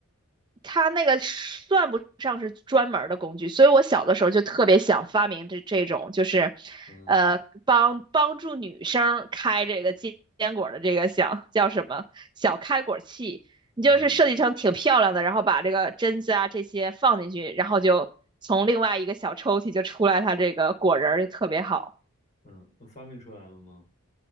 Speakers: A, on the right; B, on the left.
A: 它那个算不上是专门儿的工具，所以我小的时候就特别想发明这这种，就是，
B: 嗯
A: 呃，帮帮助女生开这个坚坚果的这个小叫什么小开果器，你就是设计成挺漂亮的，
B: 嗯
A: 然后把这个榛子啊这些放进去，然后就从另外一个小抽屉就出来它这个果仁儿就特别好。
B: 嗯，发明出来了吗？